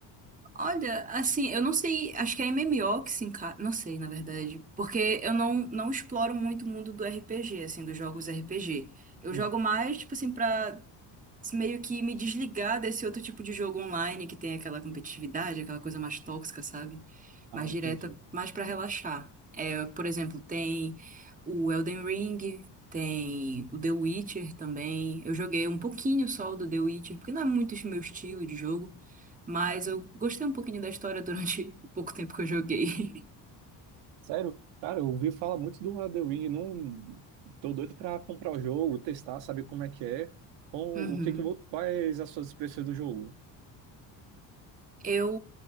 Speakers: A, on the right; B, on the right.
A: Olha, assim, eu não sei, acho que é MMO que se encaixa, não sei, na verdade, porque eu não, não exploro muito o mundo do RPG, assim, dos jogos RPG. Eu
B: Hum,
A: jogo mais, tipo assim, pra meio que me desligar desse outro tipo de jogo online que tem aquela competitividade, aquela coisa mais tóxica, sabe? Mais direta,
B: Entendi.
A: mais pra relaxar. É, por exemplo, tem o Elden Ring, tem o The Witcher também. Eu joguei um pouquinho só o do The Witcher, porque não é muito o meu estilo de jogo, mas eu gostei um pouquinho da história durante <laughs> o pouco tempo que eu joguei. <laughs>
B: sério? Cara, eu ouvi falar muito do Elden Ring, não tô doido pra comprar o jogo, testar, saber como é que é, ou
A: Uhum.
B: o que que, vo- quais as suas expressões do jogo?
A: Eu